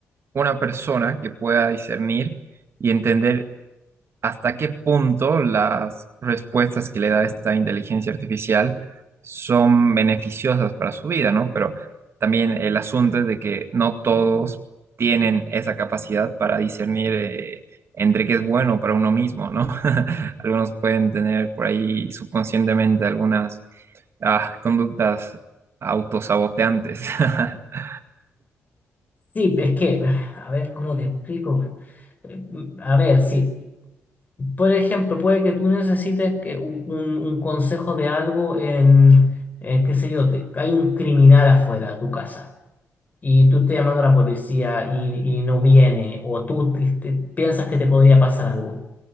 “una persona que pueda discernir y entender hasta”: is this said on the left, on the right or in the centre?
Right